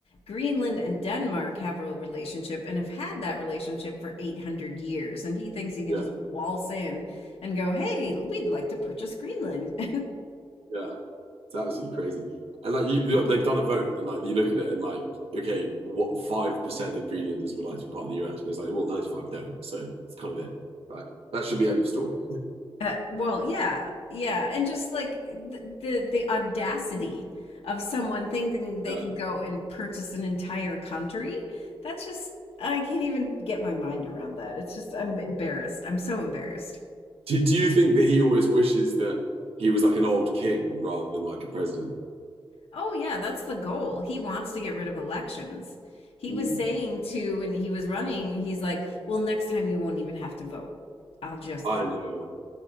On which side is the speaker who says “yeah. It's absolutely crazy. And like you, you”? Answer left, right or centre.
Right